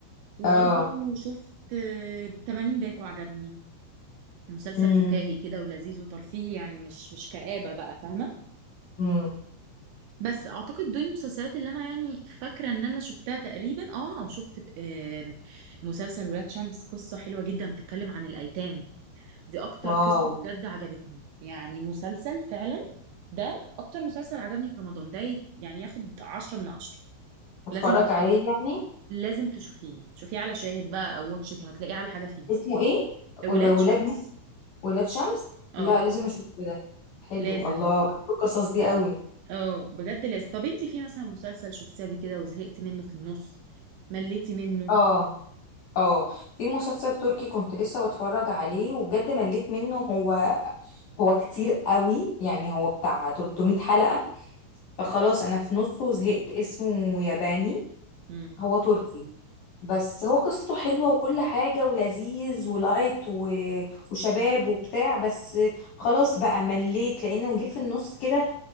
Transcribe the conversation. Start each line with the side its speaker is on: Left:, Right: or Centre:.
Right: وبرضو
Left: اه
Right: شفت آه، 80 باكو عجبني مسلسل
Left: امم
Right: فكاهي كده ولذيذ وترفيهي يعني مش مش كآبة بقى فاهمة
Left: امم
Right: بس أعتقد دول المسلسلات اللي أنا يعني فاكرة إن أنا شفتها تقريبا آه وشفت آه، مسلسل ولاد شمس قصة حلوة جدا بتتكلم عن الأيتام دي أكتر
Left: واو
Right: قصة بجد عجبتني يعني مسلسل فعلا ده أكتر مسلسل عجبني في رمضان ده يت- يعني ياخد عشرة من عشرة
Left: اتفرج
Right: لازم
Left: عليه يعني
Right: لازم تشوفيه شوفيه على شاهد بقى أو واتش إت، هتلاقيه على حاجة فيهم
Left: اسمه ايه
Right: ولاد
Left: ول- ولاد
Right: شمس
Left: نت ولاد شمس
Right: اه
Left: لا لازم اشوفه ده حلو
Right: لازم
Left: الله بحب القصص دي قوي
Right: اه بجد لازم طب انت في مثلا مسلسل شفتيه قبل كده وزهقت منه في النص مليتي منه
Left: اه اه في مسلسل تركي كنت لسه بتفرج عليه وبجد مليت منه هو هو كتير قوي يعني هو بتاع 300 حلقة فخلاص انا في نصه زهقت اسمه ياباني
Right: امم
Left: هو تركي بس هو قصته حلوة وكل حاجة ولذيذ ولايت و... وشباب وبتاع بس خلاص بقى مليت لأنه جه في النص كده